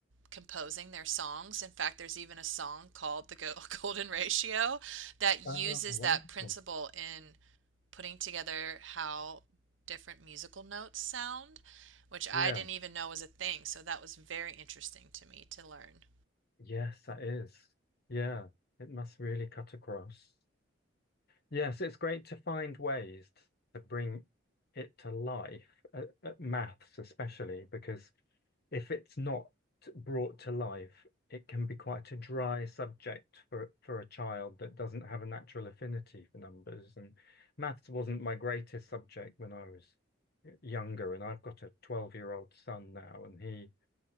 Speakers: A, on the right; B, on the left.
A: composing their songs. In fact, there's even a song called The <laughs> Golden Ratio that uses
B: Ah, wonderful.
A: that principle in putting together how different musical notes sound, which
B: Yeah.
A: I didn't even know was a thing. So that was very interesting to me to learn.
B: Yes, that is. Yeah, it must really cut across. Yes, it's great to find ways to bring it to life, uh, uh, maths especially, because if it's not brought to life, it can be quite a dry subject for for a child that doesn't have a natural affinity for numbers. And maths wasn't my greatest subject when I was younger, and I've got a 12-year-old son now, and he